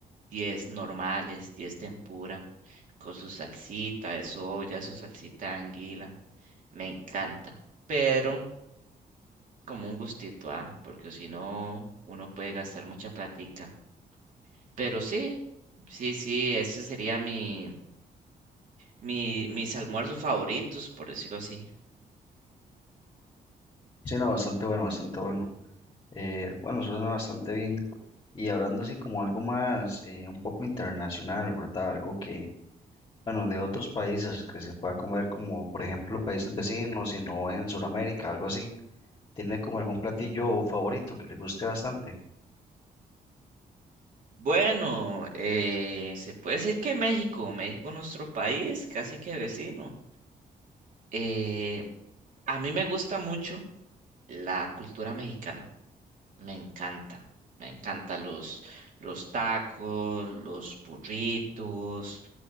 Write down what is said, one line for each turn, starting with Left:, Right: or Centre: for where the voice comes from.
Right: 10 normales, 10 tempura, con su salsita de soya, su salsita de anguila. Me encanta, pero como un gustito, ah, porque si no, uno puede gastar mucha platica. Pero sí, sí, sí, ese sería mi, mi, mis almuerzos favoritos, por decirlo así.
Left: Sí, no, bastante bueno, bastante bueno. Eh, bueno, suena bastante bien. Y hablando así como algo más, eh, un poco internacional, ¿verdad? Algo que, bueno, de otros países que se pueda comer como, por ejemplo, países vecinos, sino en Sudamérica, algo así. ¿Tiene como algún platillo favorito que le guste bastante?
Right: Bueno, eh, se puede decir que México, México nuestro país, casi que vecino. Eh, a mí me gusta mucho la cultura mexicana, me encanta, me encanta los, los tacos, los burritos,